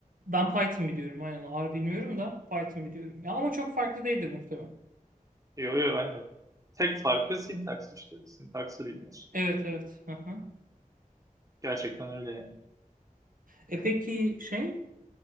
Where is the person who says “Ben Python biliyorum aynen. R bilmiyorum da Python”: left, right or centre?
Right